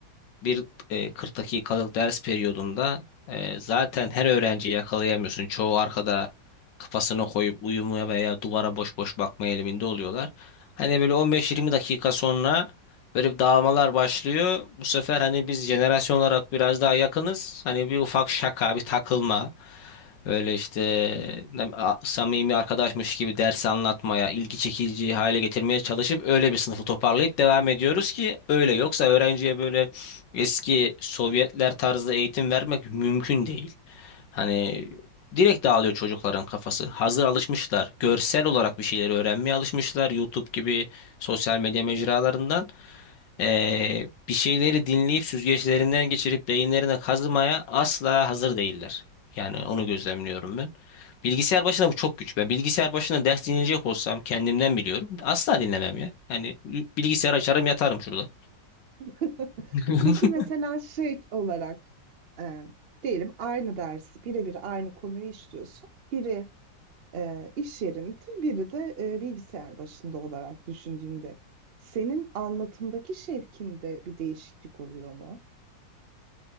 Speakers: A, on the left; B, on the right.
A: bir e, 40 dakikalık ders periyodunda e, zaten her öğrenciyi yakalayamıyorsun. Çoğu arkada kafasına koyup uyumaya veya duvara boş boş bakma eğiliminde oluyorlar. Hani böyle 15-20 dakika sonra böyle bir dağılmalar başlıyor. Bu sefer hani biz jenerasyon olarak biraz daha yakınız. Hani bir ufak şaka, bir takılma. Öyle işte ne- a- samimi arkadaşmış gibi dersi anlatmaya, ilgi çekici hale getirmeye çalışıp öyle bir sınıfı toparlayıp devam ediyoruz ki öyle yoksa öğrenciye böyle eski Sovyetler tarzı eğitim vermek mümkün değil. Hani direkt dağılıyor çocukların kafası. Hazır alışmışlar. Görsel olarak bir şeyleri öğrenmeye alışmışlar. YouTube gibi sosyal medya mecralarından eee, bir şeyleri dinleyip süzgeçlerinden geçirip beyinlerine kazımaya asla hazır değiller. Yani onu gözlemliyorum ben. Bilgisayar başında bu çok güç. Ben bilgisayar başında ders dinleyecek olsam kendimden biliyorum. Asla dinlemem ya. Yani bilgisayar açarım yatarım şurada.
B: <laughs>
A: <laughs>
B: Peki mesela şey olarak e, diyelim aynı dersi birebir aynı konuyu işliyorsun. Biri e, iş yerinde, biri de e, bilgisayar başında olarak düşündüğünde senin anlatımdaki şevkinde bir değişiklik oluyor mu?